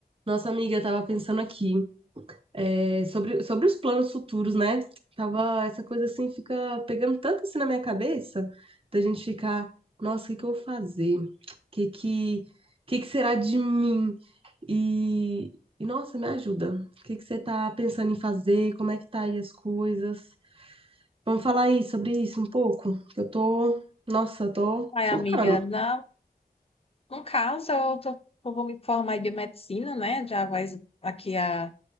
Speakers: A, on the right; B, on the left.
A: Nossa amiga, eu tava pensando aqui, é, sobre, sobre os planos futuros, né? Tava, essa coisa assim fica pegando tanto assim na minha cabeça, da gente ficar, nossa, o que que eu vou fazer? O que que, o que que será de mim? E, e, nossa, me ajuda. O que que você tá pensando em fazer? Como é que tá aí as coisas? Vamos falar aí sobre isso um pouco? Que eu tô, nossa, eu tô
B: Ai,
A: surtando.
B: amiga, na, no caso, eu, tô, eu vou me formar em biomedicina, né? Já vai aqui há